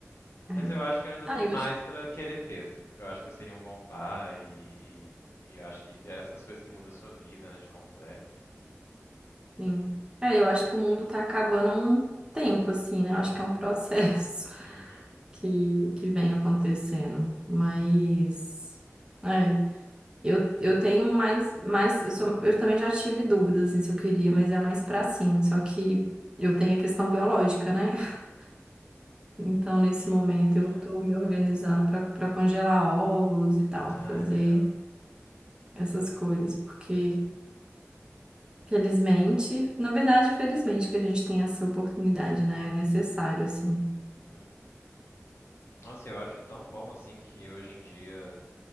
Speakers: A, on the right; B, on the left.
A: É.
B: Mas eu acho que eu ainda
A: Ah,
B: tô
A: eu
B: mais
A: acho que
B: pra querer ter, assim, porque eu acho que eu seria um bom pai e, e, e eu acho que é essas coisas que mudam a sua vida, né, te completa.
A: sim. É, eu acho que o mundo tá acabando há um tempo, assim, né? Eu acho que é um processo <laughs>
B: Uhum,
A: que, que vem acontecendo. Mas. É. Eu, eu tenho mais, mais eu, sou, eu também já tive dúvidas assim, se eu queria, mas é mais pra sim. Só que eu tenho a questão biológica, né? <laughs> Então,
B: uhum,
A: nesse momento, eu
B: é.
A: tô me organizando pra para congelar óvulos e tal,
B: Ah,
A: fazer
B: é legal.
A: essas coisas, porque,
B: Uhum,
A: felizmente, na verdade, felizmente que a gente tem essa oportunidade, né? É necessário, assim.
B: uhum. Nossa, eu acho tão bom, assim, que hoje em dia